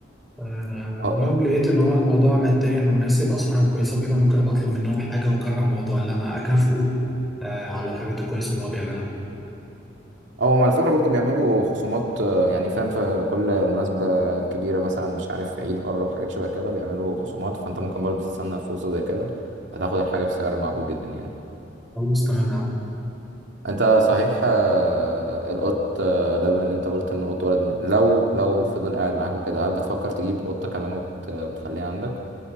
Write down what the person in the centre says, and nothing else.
أه
ولو لقيت إن هو الموضوع ماديا مناسب أسعارهم كويسة وكده ممكن أبقى أطلب منهم حاجة وأجرب موضوع اللي أنا أكافئه أه على الحاجات الكويسة اللي هو بيعملها
خلاص تمام يا عم